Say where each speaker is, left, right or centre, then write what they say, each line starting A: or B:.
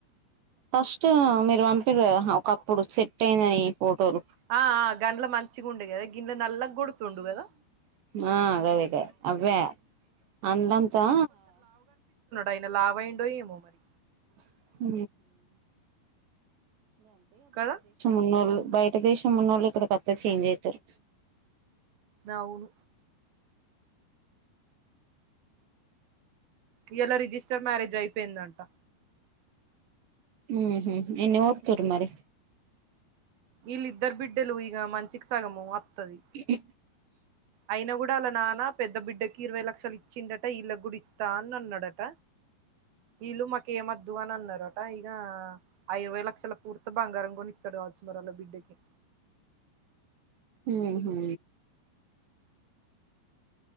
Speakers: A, on the right; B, on the right.
A: ఫస్ట్ మీరు <unintelligible> ఒకప్పుడు సెట్ అయిందని ఈ ఫోటోలు
B: ఆ గండ్ల మంచి గుండే కదా గ్గిన్నే నల్ల గోడుతుండ గద
A: <unintelligible> అందంతా
B: అయిన లావు అయ్యిందో ఏమో మరి
A: <unintelligible>
B: కదా
A: ఉన్నళ్ళు బయట దేశం ఉన్నళ్ళు ఇక్కడ వత్తే చేంజ్ అవుతారు
B: అవును ఇవాళ రిజిస్టర్ మ్యారేజ్ అయిపోయిందంట
A: ఉ హు ఎన్ని పోతురు మరి
B: ఇళ్లు ఇద్దరు బిడ్డలుఇగ మనిషికి సగం అత్తది
A: ఉ హు
B: అయినా కూడా అలా నాన్న పెద్ద బిడ్డకి ఇరవై లక్షలు ఇచ్చిండట ఈళ్లగూడ ఇస్తా అని అన్నాడట వీళ్ళు మాకు ఏమద్దు అని అన్నారట ఇక అరవై లక్షల పూర్త బంగారం కొని ఇతడు కావచ్చు వాళ్ళ బిడ్డ కి
A: ఉ హు